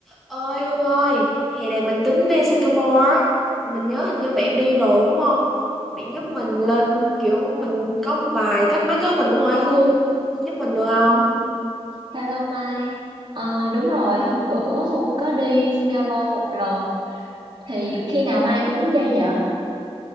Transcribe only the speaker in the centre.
ơi Hương ơi hè này mình tính đi Singapore á mình nhớ hình như bạn đi rồi đúng không bạn giúp mình lên kiểu mình có một vài thắc mắc á mình cũng hỏi Hương Hương giúp mình được không